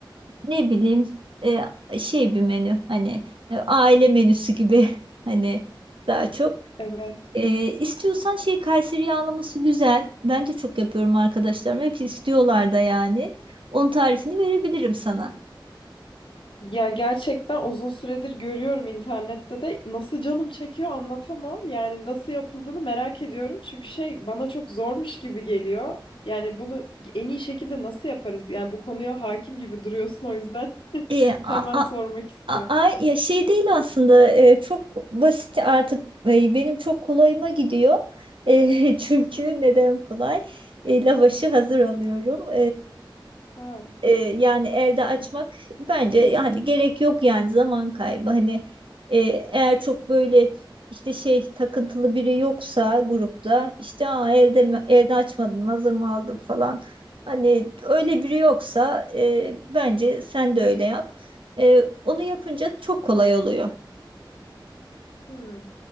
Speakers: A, on the right (about 80°); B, on the left (about 85°).
A: ne bileyim e, şey bir menü hani e, aile menüsü gibi <laughs> hani daha çok.
B: Evet.
A: E, istiyorsan şey Kayseri yağlaması güzel. Ben de çok yapıyorum arkadaşlarım. Hep istiyorlar da yani. Onun tarifini verebilirim sana.
B: Ya gerçekten uzun süredir görüyorum internette de nasıl canım çekiyor anlatamam. Yani nasıl yapıldığını merak ediyorum. Çünkü şey bana çok zormuş gibi geliyor. Yani bunu en iyi şekilde nasıl yaparız? Yani bu konuya hakim gibi duruyorsun o yüzden <laughs>
A: E, a-
B: hemen
A: a-
B: sormak istiyorum.
A: A- Ay ya şey değil aslında e, çok basit artık e, benim çok kolayıma gidiyor. E, <laughs> çünkü neden kolay? E, lavaşı hazır alıyorum
B: Ha.
A: e, yani elde açmak bence yani gerek yok yani zaman kaybı hani e, eğer çok böyle işte şey takıntılı biri yoksa grupta işte Aa, elde mi- elde açmadın hazır mı aldın falan hani öyle biri yoksa e, bence sen de öyle yap E, onu yapınca çok kolay oluyor
B: Hmm.